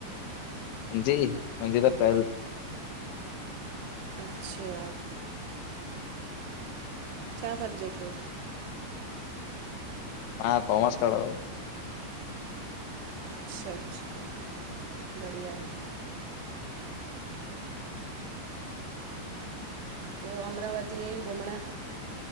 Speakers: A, on the left (about 85°); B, on the right (about 75°).
A: जी, मुंहिंजी त पहिरी
B: अच्छा छा सब्जेक्ट हुयो?
A: मां कॉमर्स कयो।
B: अच्छा अच्छा, बढ़िया आहे। ब्यो अमरावतीअ घुमणु।